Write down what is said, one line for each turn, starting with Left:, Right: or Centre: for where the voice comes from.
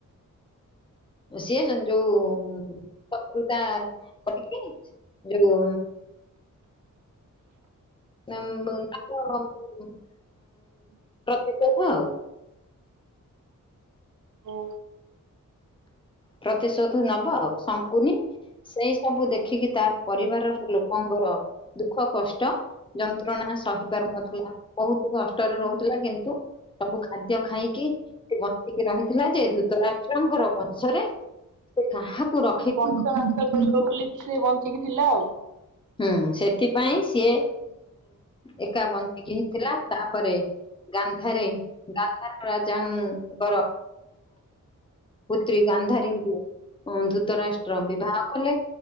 Left: ସିଏ ଯଉ ଶତ୍ରୁତା କରିକି ଯଉ <unintelligible> ପ୍ରତିଶୋଧ ଆଉ।
Right: ଓ।
Left: ପ୍ରତିଶୋଧ ନବ ଆଉ ଶଙ୍କୁନି ସେଇ ସବୁ ଦେଖିକି ତା ପରିବାରର ଲୋକଙ୍କର ଦୁଃଖ କଷ୍ଟ ଯନ୍ତ୍ରଣା ସହି ପାରୁନଥିଲା ବହୁତୁ କଷ୍ଟରେ ରହୁଥିଲା କିନ୍ତୁ ସବୁ ଖାଦ୍ୟ ଖାଇକି ସେ ବଞ୍ଚିକି ରହିଥିଲା ଯେ ଧୂତ ରାଷ୍ଟ୍ରଙ୍କର ବ ଷରେ। କାହାକୁ ର
Right: ବଂଶ ଘାତ କରିବ ବୋଲିକି ସିଏ ବଞ୍ଚିଇକି ଥିଲା ଆଉ।
Left: ହୁଁ ସେଥିପାଇଁ ସିଏ ଏକା ବଞ୍ଚିକି ଥିଲା ତାପରେ ଗାନ୍ଧାରୀ ଗାନ୍ଧାର ରାଜାଙ୍କର ପୁତ୍ରୀ ଗାନ୍ଧାରୀଙ୍କୁ ଧୂତରାଷ୍ଟ୍ର ବିବାହ କଲେ